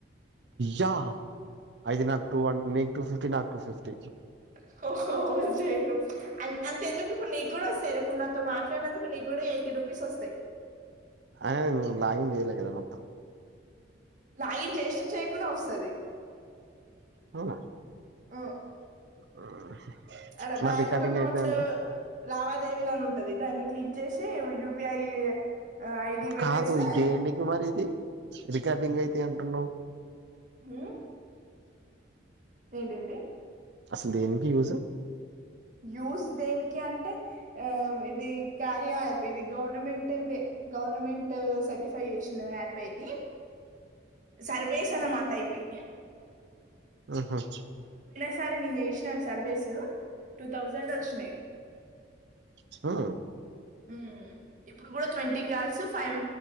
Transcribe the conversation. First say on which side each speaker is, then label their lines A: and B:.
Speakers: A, on the right; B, on the right.
A: యా ఐతె నాకు టూ హా నీకు టూ ఫిఫ్టీ నాకు టూ ఫిఫ్టీ
B: <inaudible> ఓవర్ జేయాకు అంత ఎందుకు ఇప్పుడు నీకు కూడా వస్తాయి. ఇప్పుడు నాతో మాట్లాడినందుకు నీకు కూడా ఎయిటి రూ రూపిస్ వస్తాయి
A: అయినా నేను లాగిన్ చేయలే కదా మొత్తం.
B: లాగిన్ చేసిన చేయకున్న వస్తది.
A: అవునా
B: ఆ
A: హ్మ్.
B: ఆడా బ్యాంక్
A: మరి రికార్డింగ్
B: అకౌంట్
A: అయితే అంట
B: లావాదేవీ లను ఉం టది దాన్ని క్లిక్ చేసి యూపిఐ ఆ ఐడి పెట్టేస్తే
A: కాదు దేనికి మరి ఇది రికార్డింగ్ అయితాయి అంటున్నవ్.
B: హ్మ్ ఎంటెంటి
A: అసలు దేనికి యూస్
B: యూస్ దేనికి అంటే ఆ ఇది కార్య అప్ ఇది గవర్నమెంట్ దే గవర్మెంట్ సర్టిఫై చేసి యాపేది సర్వేస్ అన్నమాట ఇవి
A: ఉమ్ హ్మ్
B: ఒకసారి నేను చేస్నాన్ సర్వేస్ టూ థౌజండ్ వచ్చినాయి.
A: హా
B: ఉమ్ ఇప్పుడు కూడా ట్వంటీ కాల్స్ ఫైవ్